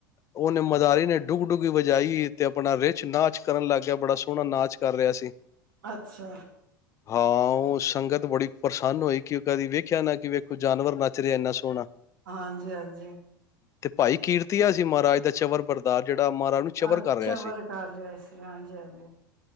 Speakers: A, on the left (about 25°); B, on the right (about 65°).
A: ਉਹਨੇ ਮਦਾਰੀ ਨੇ ਡੁਗ ਡੁਘੀ ਵਜਾਈ ਤੇ ਆਪਣਾ ਰਿਚ ਨਾਚ ਕਰਨ ਲੱਗ ਗਿਆ ਬੜਾ ਸੋਹਣਾ ਨਾਚ ਕਰ ਰਿਹਾ ਸੀ
B: ਅੱਛਾ
A: ਹਾਂ ਉਹ ਸੰਗਤ ਬੜੀ ਪ੍ਰਸੰਨ ਹੋਈ ਕਿ ਕਦੀ ਵੇਖਿਆ ਨਾ ਕਿ ਵੇਖੋ ਜਾਨਵਰ ਨੱਚ ਰਿਹਾ ਇੰਨਾ ਸੋਹਣਾ
B: ਹਾਂਜੀ ਹਾਂਜੀ
A: ਤੇ ਭਾਈ ਕੀਰਤੀਆ ਸੀ ਮਹਾਰਾਜ ਦਾ ਚਬਰ ਬਰਦਸ਼ ਜਿਹੜਾ ਮਹਾਰਾਜ ਨੂੰ ਚਬਰ
B: ਅੱਛਾ
A: ਕਰ ਰਿਹਾ ਸੀ
B: ਵਰ ਕਰ ਰਿਹਾ ਸੀ ਹਾਂਜੀ ਹਾਂਜੀ